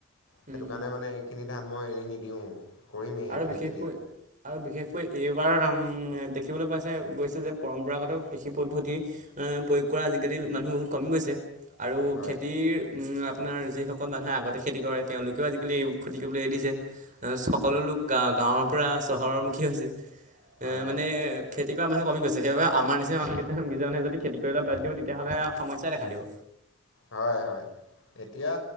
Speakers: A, on the right (about 40°); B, on the left (about 70°).
A: উম,
B: সেইটো কাৰণে
A: উম।
B: মানে এইখিনি ধান মই এৰি নিদিওঁ। কৰিমেই
A: আৰু
B: এইখিনি
A: বিশেষকৈ
B: খেতি
A: আৰু বিশেষকৈ এইবাৰ আং উম দেখিবলৈ পাইছে গৈছে যে পৰম্পৰাগত কৃষি পদ্ধতি প্ৰয়োগ কৰা আজিকালি মানুহ কমি গৈছে আৰু
B: হয়।
A: খেতিৰ আপোনাৰ যিসকল মানুহে আগতে খেতি কৰে তেওঁলোকেও আজিকালি উ খেতি কৰিবলৈ এৰি দিছে।
B: হয়
A: সকলো লোক গা -গাঁৱৰ পৰা চহৰৰ মুুখী হৈছে। এ
B: হয় হয়
A: মানে খেত- খেতি কৰা মানুহ কমি গৈছে সেইবাবে আমাৰ নিচিনা মানুহকেইটাৰ নিজৰ মাজতে খেতি কৰিবলে বাদ দিব তেতিয়াহলে আও সমস্যাই দেখা দিব।
B: হয় হয়। এতিয়া